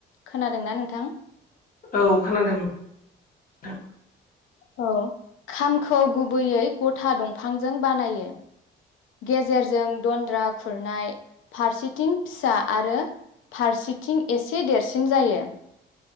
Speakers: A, on the left; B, on the left.
A: खोनादोंना नोंथां?
B: औ खोनादों थां
A: औ खामखौ गुबैयै गथा दंफांजों बानायो। गेजेरजों दन्द्रा खुरनाय फारसेथिं फिसा आरो फारसेथिं एसे देरसिन जायो।